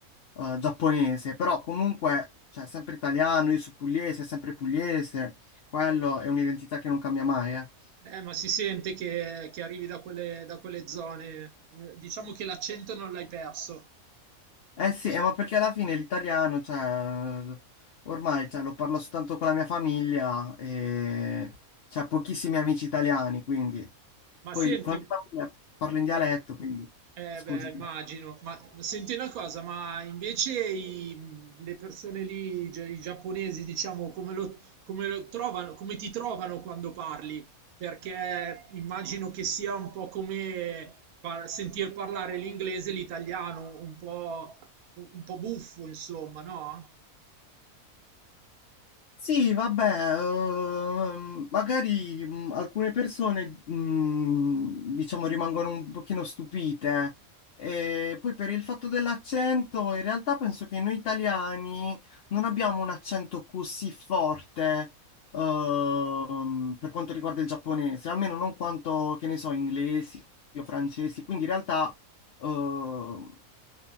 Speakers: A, on the left; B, on the right.
A: eh, giapponese, però comunque, cioè, sempre italiano, io sono pugliese, sempre pugliese, quello è un'identità che non cambia mai, eh.
B: Eh, ma si sente che, che arrivi da quelle, da quelle zone. Eh, Diciamo che l'accento non l'hai perso.
A: Eh sì, eh, ma perché alla fine l'italiano, cioè, ormai, cioè, lo parlo soltanto con la mia famiglia e c'è pochissimi amici italiani, quindi...
B: Ma
A: Poi
B: senti,
A: con la mia famiglia parlo in dialetto,
B: ma
A: quindi...
B: Eh
A: Scusa.
B: beh, immagino, ma senti una cosa, ma invece i- mh, le persone lì, gi- i giapponesi, diciamo, come lo, come lo trovano, come ti trovano quando parli? Perché immagino che sia un po' come par- sentir parlare l'inglese e l'italiano, un po', un po' buffo, insomma, no?
A: Sì, vabbè, ehm, magari mh, alcune persone, mh, diciamo, rimangono un pochino stupite. E poi per il fatto dell'accento, in realtà penso che noi italiani non abbiamo un accento così forte, ehm, per quanto riguarda il giapponese, almeno non quanto, che ne so, inglesi o francesi. Quindi in realtà, ehm,